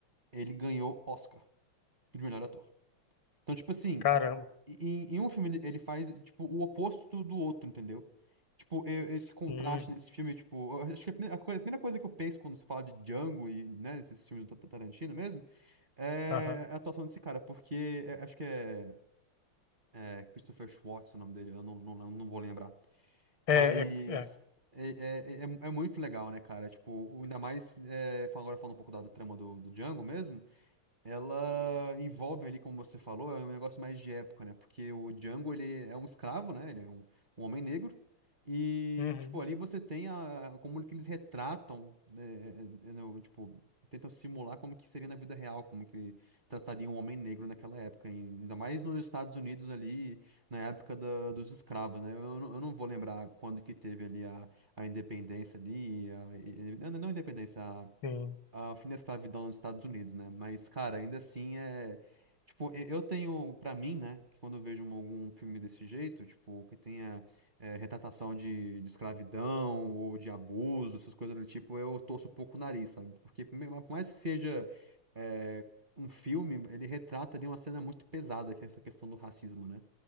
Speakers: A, on the right; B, on the left.
A: ele ganhou Oscar de melhor ator. Então, tipo assim,
B: Caramba.
A: em, em um filme ele ele faz, tipo, o oposto do outro, entendeu? Tipo, e-
B: Sim.
A: esse contraste nesse filme, tipo, eu acho que a primeira, a coi- a primeira coisa que eu penso quando se fala de Django e, né, esses filmes do Ta- Tarantino mesmo, é
B: Aham.
A: é a atuação desse cara, porque é- acho que é, é Christopher Schwartz o nome dele, eu não, não, não vou lembrar.
B: É,
A: Mas
B: é, é.
A: é, é, é, é muito legal, né, cara? Tipo, ainda mais é, fal- agora falando um pouco da, da trama do, do Django mesmo ela envolve ali, como você falou, é um negócio mais de época, né? Porque o Django, ele é um escravo, né? Ele é um, um homem negro. E,
B: Uhum.
A: tipo, ali você tem a, como que eles retratam, né, é, é, no- tipo, tentam simular como que seria na vida real, como que trataria um homem negro naquela época, e ainda mais nos Estados Unidos ali, na época da- dos escravos, né? Eu, não- eu não vou lembrar quando que teve ali a, a independência ali, a, e- e- não, não independência,
B: Sim.
A: ao fim da escravidão nos Estados Unidos, né? Mas, cara, ainda assim é. Tipo, e- eu tenho pra mim, né, que quando eu vejo um- algum filme desse jeito, tipo, que tenha é, retratação de, de escravidão ou de abuso, essas coisas do tipo, eu torço um pouco o nariz, sabe? Porque, por me- por mais que seja é, um filme, ele retrata ali uma cena muito pesada, que é essa questão do racismo, né?